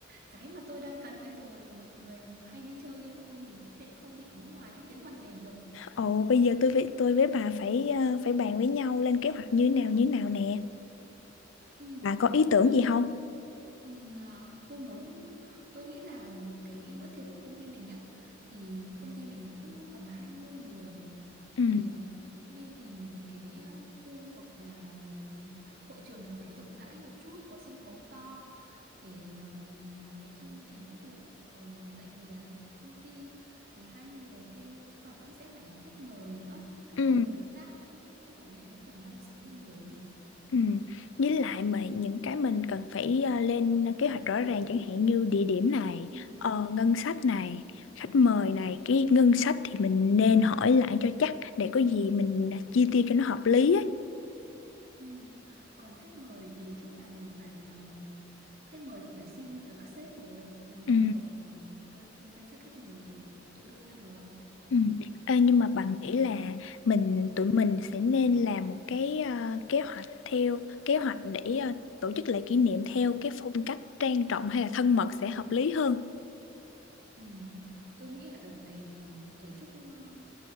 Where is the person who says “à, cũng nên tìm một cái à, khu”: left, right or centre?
Right